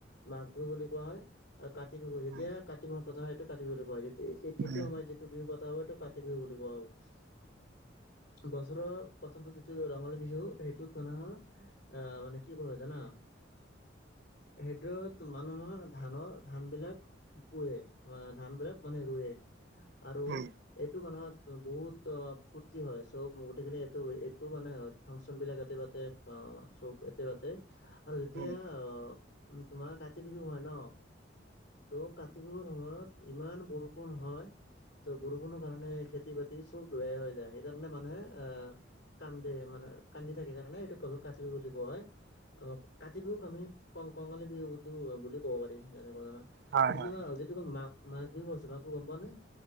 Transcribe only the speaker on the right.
উম, উম,
উম, উম,
উম,
উম, উম, উম,
হয়
হয়